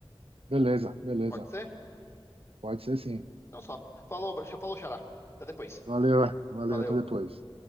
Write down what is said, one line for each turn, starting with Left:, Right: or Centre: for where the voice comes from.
Right: beleza, beleza.
Left: Pode ser?
Right: Pode ser sim.
Left: Então só. Falou, bro- falou, xará. Até depois.
Right: Valeu, é. valeu,
Left: Valeu.
Right: até depois.